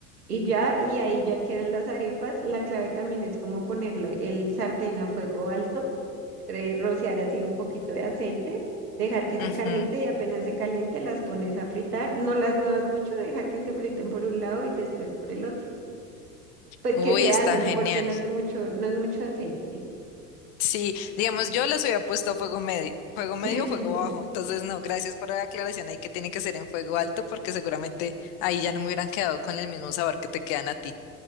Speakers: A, on the right (about 80°); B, on the left (about 45°).
A: y ya, y ahí ya quedan las arepas. La clave también es como ponerle el sartén a fuego alto, eh, rociar así un poquito de aceite, dejar que se
B: ujú.
A: caliente y apenas se caliente las pones a fritar. No las muevas mucho, deja que se friten por un lado y después por el otro. Pues
B: Uy,
A: que se
B: está
A: hacen
B: genial.
A: porque no es mucho, no es mucho aceite.
B: Sí, digamos, yo les hubiera puesto fuego medio, fuego medio
A: <laughs>
B: o fuego bajo, entonces no, gracias por la aclaración ahí que tiene que ser en fuego alto porque seguramente ahí ya no me hubieran quedado con el mismo sabor que te quedan a ti.